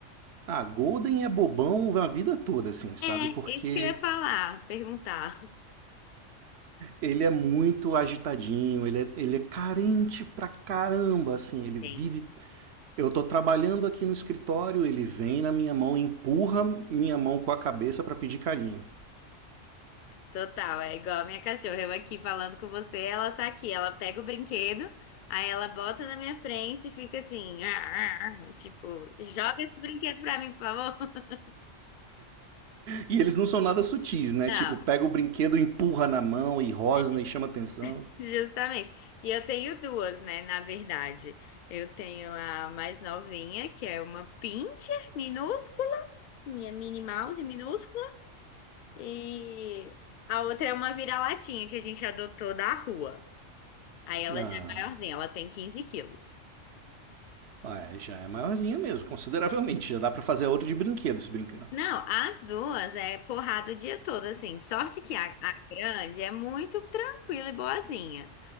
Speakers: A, on the right; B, on the left.
A: Ah, Golden é bobão a vida toda, assim, sabe?
B: É,
A: Porque
B: isso que eu ia falar, perguntar.
A: Ele é muito agitadinho, ele é, ele é carente pra caramba, assim, ele vive.
B: Entendo.
A: Eu tô trabalhando aqui no escritório, ele vem na minha mão, empurra minha mão com a cabeça pra pedir carinho.
B: Total, é igual a minha cachorra. Eu aqui falando com você, ela tá aqui. Ela pega o brinquedo, aí ela bota na minha frente e fica assim, <laughs> "Ah, ah, ah", tipo, joga esse brinquedo pra mim, por favor. <laughs>
A: E eles não são nada sutis, né?
B: Não,
A: Tipo, pega o brinquedo, empurra na mão e rosna
B: é,
A: e chama atenção.
B: justamente. E eu tenho duas, né, na verdade. Eu tenho a mais novinha, que é uma pincher minúscula, minha Minnie Mouse minúscula, e a outra é uma vira-latinha que a gente adotou da rua. Aí ela
A: Ah,
B: já é maiorzinha, ela tem 15 quilos.
A: olha, já é maiorzinha mesmo, consideravelmente. Já dá pra fazer a outra de brinquedo se brincar.
B: Não, as duas é porrada o dia todo, assim. Sorte que a, a grande é muito tranquila e boazinha.